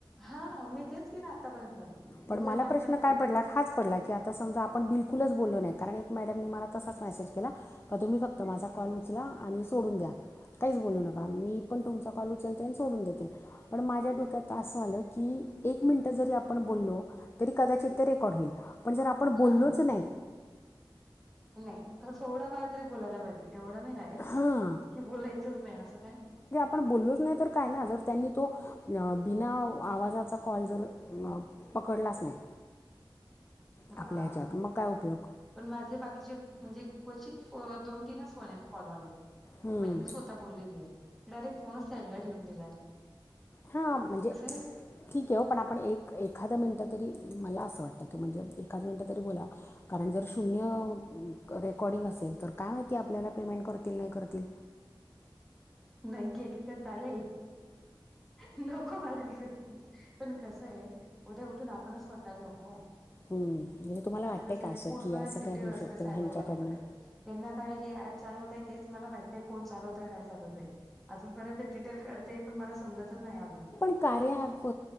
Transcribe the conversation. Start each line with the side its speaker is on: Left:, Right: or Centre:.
Centre: हा मी तेच केलं आतापर्यंत दुसरं
Left: पण मला
Centre: काम
Left: प्रश्न
Centre: करत राहिली.
Left: काय पडला हाच पडला की आता समजा आपण बिलकुलच बोललो नाही कारण एक मॅडमनी मला तसाच मेसेज केला. का तुम्ही फक्त माझा कॉल उचला आणि सोडून द्या. काहीच बोलू नका मी पण तुमचा कॉल उचलते आणि सोडून देते. पण माझ्या डोक्यात असं आलं की एक. मिनिटं जरी आपण बोललो तरी कदाचित, ते रेकॉर्ड होईल. पण जर आपण बोललोच
Centre: हा हा
Left: नाही.
Centre: नाही तस एवढा फार तरी बोलायला पाहिजे एवढं नाही डायरेक्ट
Left: हां
Centre: की, बोलायचंच नाही असं नाही.
Left: पण बोललोच नाही तर काय ना जर त्यांनी तो बिना आवाजाचा कॉल जर पकडलाच नाही आपल्या
Centre: हा
Left: ह्याच्यात मग काय उपयोग.
Centre: पण माझे बाकीचे म्हणजे क्वचित दोन तीनच फोन आहेत कॉलवाले.
Left: हम्म.
Centre: म्हणजे मी स्वतः बोललेली आहे डायरेक्ट फोनच साइ ड ला ठेवन दिलाय.
Left: हा म्हणजे
Centre: कसं आहे
Left: ठीक आहे हो पण आपण एक एखादं मिनिटं तरी मला असं वाटतं की म्हणजे एखाद मिनिटं तरी बोला कारण जर शून्य रेकॉर्डिंग असेल तर काय माहिती आपल्याला पेमेंट करतील नाही करतील.
Centre: नाही केली तर चालेल. नको मला तिथं पण कस आहे उद्या उठून आपणच होटःयला नको.
Left: हम्म, म्हणजे तुम्हाला
Centre: आता
Left: वाटतं
Centre: कस आहे
Left: का असं
Centre: पूर्ण
Left: की असं
Centre: डिटेल
Left: काय होऊ
Centre: असते
Left: शकतं
Centre: सायबरवाल्यांकडे.
Left: ह्यांच्याकडनं
Centre: त्यांना काय हे ऍप चालवतय हेच मला माहिित नाही कोण चालवतंय काय चालवतय. अजूनपर्यंत डिटेल करते पण मला समजतच नाही अजून.
Left: कार्यअँप